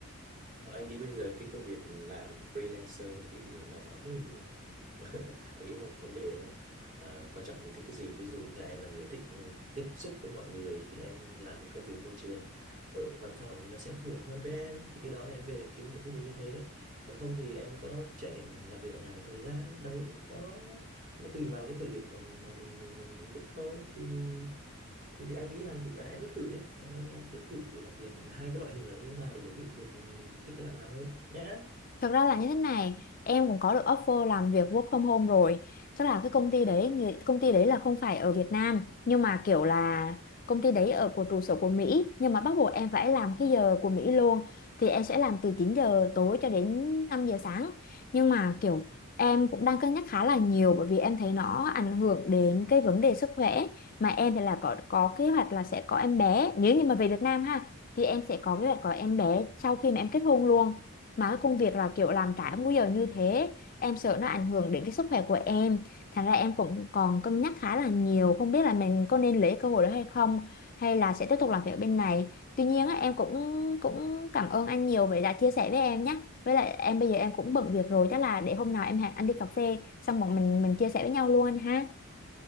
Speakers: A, on the right; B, on the left.
A: anh nghĩ bây giờ cái công việc làm freelancer thì nó rất là nhiều <laughs> anh nghĩ không có vấn đề đâu em à, quan trọng mình thích cái gì ví dụ như là em là người thích ừ, tiếp xúc với mọi người thì em làm cái công việc môi trường ở văn phòng thì nó sẽ phù hợp hơn với em thì cái đó thì em về em kiếm những công việc như thế còn không thì em có trải nghiệm làm việc ở nhà một thời gian đấy nó nó tùy vào cái thời điểm mà mình mình mình mình thích thôi thì thì thì anh nghĩ làm việc à, em cứ thử đi em em em cứ thử làm việc hai cái loại hình là như thế nào để mình biết được mình mình mình thích cái loại nào hơn nhé
B: Thật ra là như thế này, em cũng có được offer làm việc work from home rồi. Tức là cái công ty đấy, người- công ty đấy là không phải ở Việt Nam, nhưng mà kiểu là công ty đấy ở của trụ sở của Mỹ, nhưng mà bắt buộc em phải làm cái giờ của Mỹ luôn. Thì em sẽ làm từ 9 giờ tối cho đến 5 giờ sáng. Nhưng mà kiểu em cũng đang cân nhắc khá là nhiều bởi vì em thấy nó ảnh hưởng đến cái vấn đề sức khỏe mà em thì là có có kế hoạch là sẽ có em bé, nếu như mà về Việt Nam ha thì em sẽ có kế hoạch có em bé sau khi mà em kết hôn luôn mà cái công việc là kiểu làm
A: Ừ.
B: trái múi giờ như thế em sợ nó ảnh hưởng đến cái sức khỏe của em thành ra em cũng còn cân nhắc khá là nhiều không biết là mình có nên lấy cơ hội đó hay không hay là sẽ tiếp tục làm việc bên này tuy nhiên á, em cũng cũng cảm ơn anh nhiều vì đã chia sẻ với em nhé với lại em bây giờ em cũng bận việc rồi chắc là để hôm nào em hẹn anh đi cà phê xong bọn mình mình chia sẻ với nhau luôn anh ha